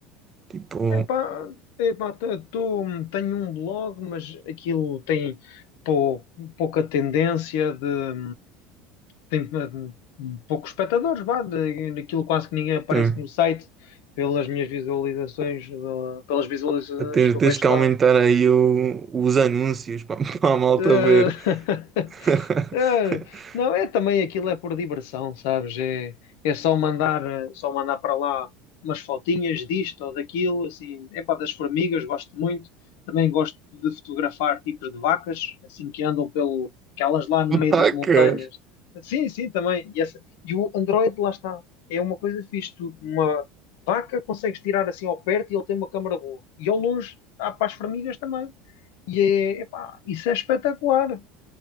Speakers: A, on the right (about 25°); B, on the left (about 75°).
A: Tipo,
B: Epá, epá, t- tô- tenho um blog, mas aquilo tem pou- pouca tendência de tem hum, poucos espectadores, vá, de- daquilo quase que ninguém aparece
A: tem,
B: no site pelas minhas visualizações, eh, pelas visualizações
A: tens,
B: que eu
A: tens
B: vejo
A: que aumentar
B: lá.
A: aí o- os anúncios para <laughs> a malta
B: Eh,
A: ver.
B: <laughs>
A: <laughs>
B: eh, não, é também aquilo é por diversão, sabes? É, é só mandar, eh, só mandar para lá umas fotinhas disto ou daquilo, assim, é pá, das formigas, gosto muito. Também gosto de fotografar tipos de vacas, assim que andam pelo, aquelas lá no meio
A: Vacas!
B: das montanhas. Sim, sim, também. E, essa, e o Android, lá está, é uma coisa fixe, tu, uma vaca consegues tirar assim ao perto e ele tem uma câmara boa. E ao longe, há para as formigas também. E é, epá, isso é espetacular,